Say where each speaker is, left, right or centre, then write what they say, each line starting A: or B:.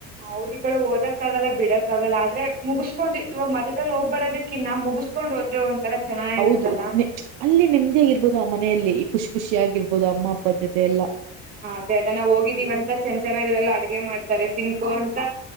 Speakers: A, on the right; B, on the right.
A: ಹೌದಿ ಕಡೆ ಓದಕ್ಕ ಆಗಲ್ಲ ಬಿಡಕ್ಕ ಆಗಲ್ಲ ಆದ್ರೆ ಮುಗಸ್ಕೊಂಡ್ ಇವಾಗ ಮಧ್ಯದಲ್ಲಿ ಹೋಗ್ ಬರೋದಕ್ಕಿನ್ನಾ ಮುಗಿಸ ಕಕೊಂಡ್ ಹೋದ್ರೆ ಒಂ ತರ ಚೆನ್ನಾಗಿ
B: ಹೌದು
A: ಇರುತ್ತಲ್ಲಾ
B: ಅಲ್ಲಿ ನಿಮ್ದೇ ಆಗಿರ್ಬೋದು ಆ ಮನೆಯಲ್ಲಿ ಖುಷಿ ಖುಷಿ ಆಗಿರ್ಬೋದು ಅಮ್ಮ ಅಪ್ಪ ಜೊತೆ ಎಲ್ಲಾ
A: ಅದೇ ಅದ ನಾವು ಹೋಗಿದ್ದೀವ ಅಂತ ಚೆನ್ ಚೆನ್ನಾಗಿರಲ್ಲಾ ಅಡ್ಗೆ ಮಾಡ್ತಾರೆ ತಿನ್ಕೊಂತ